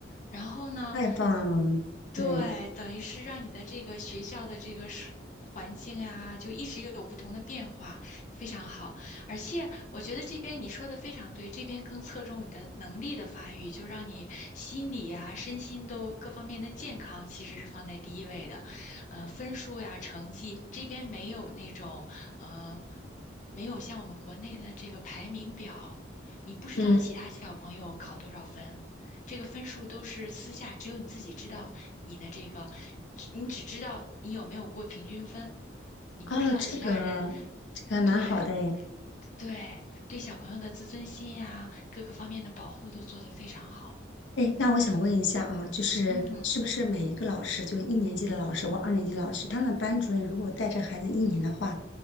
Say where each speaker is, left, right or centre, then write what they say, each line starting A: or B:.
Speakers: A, on the left (about 40°); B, on the left (about 80°).
A: 然后呢，
B: 太棒了，
A: 对，
B: 对，
A: 等于是让你的这个学校的这个是环境啊，就一直有不同的变化，非常好。而且我觉得这边你说的非常对，这边更侧重你的能力的发育，就让你心理啊、身心都各方面的健康其实是放在第一位的。呃，分数呀、成绩这边没有那种，呃，没有像我们国内的这个排名表，你不知道其他小朋友考多少分。
B: 嗯，
A: 这个分数都是私下，只有你自己知道你的这个，只你只知道你有没有过平均分，你不知道其他人。
B: 哦，这个这个还蛮好的诶。
A: 对对对，小朋友的自尊心呀，各个方面的保护都做得非常好。
B: 哎，那我想问一下啊，就是是不是每一个老师，
A: 嗯。
B: 就是一年级的老师或二年级的老师，他们班主任如果带着孩子一年的话，